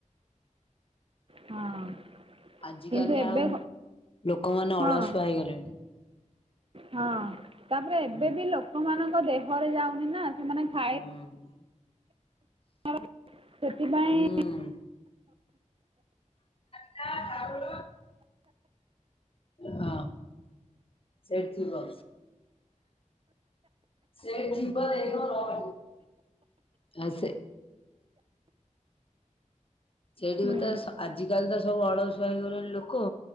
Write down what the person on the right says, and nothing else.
ହଁ।
କିନ୍ତୁ ଏବେ
ହଁ
ହଁ ତାପରେ ଏବେ
ବି ଲୋକମାନଙ୍କ ଦେହରେ ଯାଉନି ନା ସେମାନେ ଖା
<unintelligible> ସେଥିପାଇଁ
ହୁଁ,